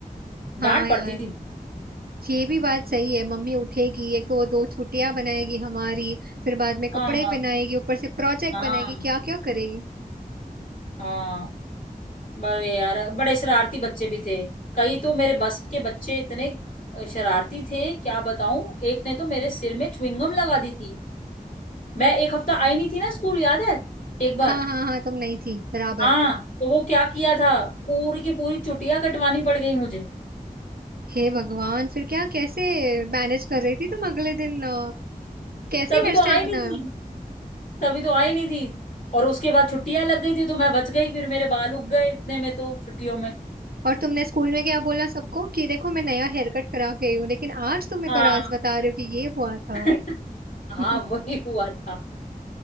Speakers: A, on the right; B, on the left.
A: हाँ
B: डांट पड़ती
A: यार
B: थी
A: ये भी बात सही है मम्मी उठेगी एक तो वो दो छुट्टियां बनाएगी हमारी फिर बाद में कपड़े
B: हाँ
A: पहनाएगी ऊपर से प्रोजेक्ट
B: हाँ
A: बनाएगी क्या क्या करेगी
B: हाँ बड़े यार बड़े शरारती बच्चे भी थे कई तो मेरे बस के बच्चे इतने शरारती थे क्या बताऊं एक ने तो मेरे सिर में च्युइंगम लगा दी थी मैं एक हफ्ता आई नहीं थी ना स्कूल याद है एक बार
A: हाँ हाँ हाँ तुम नहीं थी बराबर
B: हाँ तो वो क्या किया था पूरी की पूरी चुटिया कटवानी पड़ गई मुझे
A: हे भगवान फिर क्या कैसे मैनेज कर रही थी तुम अगले दिन अ, कैसे
B: तभी
A: हेयर
B: तो
A: स्टाइल
B: आई नहीं
A: बनाया
B: थी तभी तो आई नहीं थी और उसके बाद छुट्टियां लग गई थी तो मैं बच गई फिर मेरे बाल उग गए इतने में तो छुट्टियों में
A: और तुमने स्कूल में क्या बोला सबको कि देखो मैं नया हेयर कट करा के आई हूँ लेकिन आज तुम मेरे
B: हाँ
A: को राज बता रहे हो कि ये हुआ था
B: <laughs> हाँ
A: <laughs>
B: वही हुआ था